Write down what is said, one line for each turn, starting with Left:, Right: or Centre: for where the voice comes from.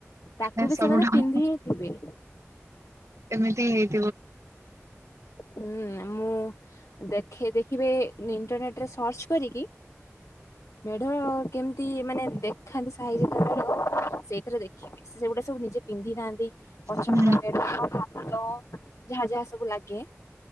Left: ତାକୁ
Right: ଏ
Left: ବି
Right: ସବୁ
Left: ସେମାନେ
Right: ଢ-
Left: ପିନ୍ଧି ହି ଥିବେ।
Right: ଏମିତି ହେଇ
Left: ହୁଁ ମୁଁ ଦେଖେ ଦେଖିବେ ଇଣ୍ଟରନେଟ ସର୍ଚ୍ଚ କରିକି ମେଢ କେମିତି ମାନେ ଦେଖାନ୍ତି ସାହିରେ ତମର ସେଇଥିରେ ସେଗୁଡା ସବୁ ନିଜେ ପିନ୍ଧି ନାହାନ୍ତି। ପଛରେଢ
Right: ହୁଁ
Left: ଭାତ ଯାହା ଯାହା ସବୁ ଲାଗେ